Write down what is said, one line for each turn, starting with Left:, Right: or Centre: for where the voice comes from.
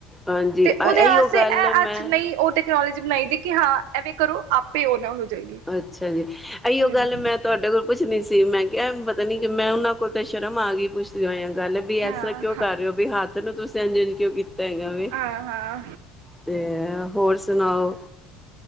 Centre: ਹਾਂਜੀ
Right: ਤੇ
Centre: ਆ
Right: ਉਹਦੇਸ
Centre: ਇਹੀਓ ਗੱਲ
Right: ਇਹ
Centre: ਮੈਂ
Right: ਅੱਜ ਨਹੀਂ ਉਹ ਉਹਦੇ ਤੇ ਹੋਰ ਬਣਾਈ ਦੇ ਕਿ ਹਾਂ ਐਵੇਂ ਕਰੋ ਆਪੇ ਉਹ ਨਾ ਹੋ ਜਾਏਗੀ।
Centre: ਅੱਛਾ ਜੀ ਅਹੀ
Right: ਹੂੰ
Centre: ਉਹ ਗੱਲ ਮੈਂ ਤੁਹਾਡੇ ਕੋਲ ਪੁੱਛਣੀ ਸੀ ਸੀ ਮੈਂ ਕਿਹਾ ਪਤਾ ਨੀ ਕਿ ਮੈਂ ਉਹਨਾਂ ਕੋਲ ਤਾਂ ਸ਼ਰਮ ਆ ਗਈ ਪੁੱਛਦੀ ਹੋਇਆ ਗੱਲ ਵੀ
Right: ਹਾਂ
Centre: ਐਸਾ ਕਿਉਂ
Right: ਹਾਂ।
Centre: ਕਰ ਰਹੇ ਹੋ ਵੀ ਹੱਥ ਤਲੋਂ ਤੁਸੀਂ ਕਿਉਂ ਕੀਤਾ ਵੀ
Right: ਹਾਂ ਹਾਂ
Centre: ਤੇ ਹੋਰ ਸੁਣਾਓ